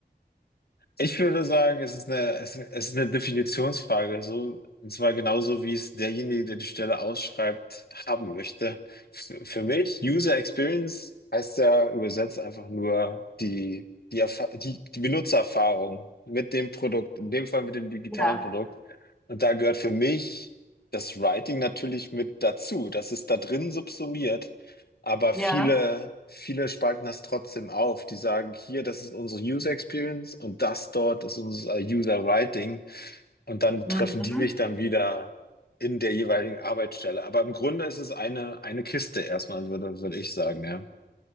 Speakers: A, on the left; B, in the centre.
A: Ich würde sagen, es ist eine, es es ist eine Definitionsfrage, so, und zwar genauso, wie es derjenige, der die Stelle ausschreibt, haben möchte. Für für mich, User Experience heißt ja übersetzt einfach nur die, die, Erfa- die, die Benutzererfahrung mit dem Produkt, in dem Fall mit dem digitalen
B: Ja,
A: Produkt. Und da gehört für mich das Writing natürlich mit dazu. Das ist da drin subsumiert. Aber
B: ja.
A: viele, viele spalten das trotzdem auf. Die sagen, hier, das ist unsere User Experience und das dort ist unser User Writing. Und dann
B: Mhm.
A: treffen die sich dann wieder in der jeweiligen Arbeitsstelle. Aber im Grunde ist es eine, eine Kiste erstmal, würde, würde ich sagen, ja.